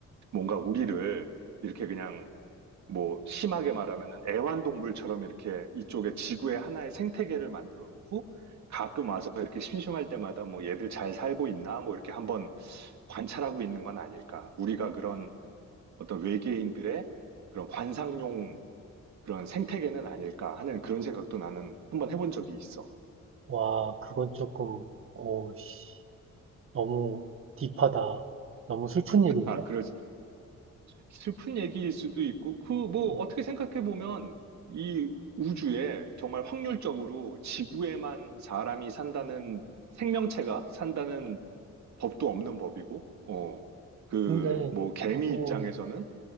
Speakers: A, on the right (about 70°); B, on the right (about 45°).
A: 뭔가 우리를 이렇게 그냥 뭐 심하게 말하면은 애완동물처럼 이렇게 이쪽에 지구의 하나의 생태계를 만들어 놓고 가끔 와서 이렇게 심심할 때마다 뭐 얘들 잘 살고 있나 뭐 이렇게 한번 관찰하고 있는 건 아닐까. 우리가 그런 어떤 외계인들의 그런 관상용 그런 생태계는 아닐까 하는 그런 생각도 나는 한번 해본 적이 있어.
B: 와, 그건 조금, 오, 씨, 너무 딥하다. 너무 슬픈 얘기인데?
A: <laughs> 아, 그러, 슬픈 얘기일 수도 있고, 그, 뭐,
B: 어,
A: 어떻게 생각해 보면, 이 우주에 정말 확률적으로 지구에만 사람이 산다는 생명체가 산다는 법도 없는 법이고, 어, 그,
B: 근데,
A: 뭐, 개미
B: 그거,
A: 입장에서는,